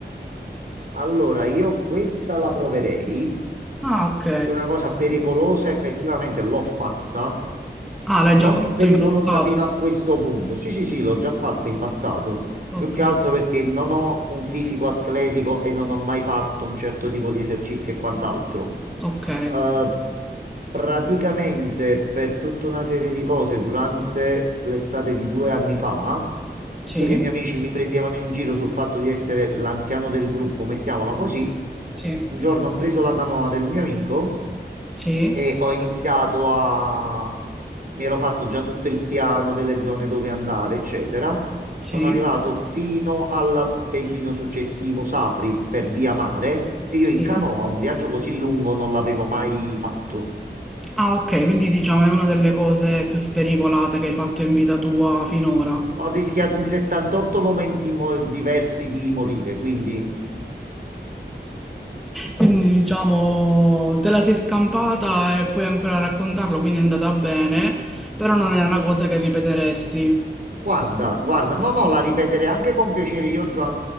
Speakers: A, on the right (about 50°); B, in the centre.
A: Allora, io questa la proverei.
B: Ah, ok.
A: Io Una cosa pericolosa, effettivamente l'ho fatta,
B: Ah, l'hai
A: non
B: già fatto
A: pericolosa
B: in passato?
A: fino a questo punto. Sì, sì, sì, l'ho già fatta in passato, più
B: Ok,
A: che altro perché non ho un fisico atletico e non ho mai fatto un certo tipo di esercizi e quant'altro.
B: ok.
A: Eh, praticamente per tutta una serie di cose durante l'estate di due anni fa,
B: Sì,
A: visto che i miei amici mi prendevano in giro sul fatto di essere l'anziano del gruppo, mettiamola così,
B: sì.
A: un giorno ho preso la canoa del mio amico
B: Sì,
A: e ho iniziato a... mi ero fatto già tutto il piano delle zone dove andare, eccetera.
B: sì,
A: Sono arrivato fino al paesino successivo, Sapri, per via mare, e io
B: sì.
A: in canoa un viaggio così lungo non l'avevo mai fatto.
B: Ah, ok, quindi diciamo è una delle cose più spericolate che hai fatto in vita tua finora.
A: Ho rischiato in 78 momenti mo- diversi di morire, quindi
B: Quindi diciamo te la sei scampata e puoi ancora raccontarlo, quindi è andata bene, però non è una cosa che ripeteresti.
A: Guarda, guarda, no, no, la ripeterei anche con piacere. Io già,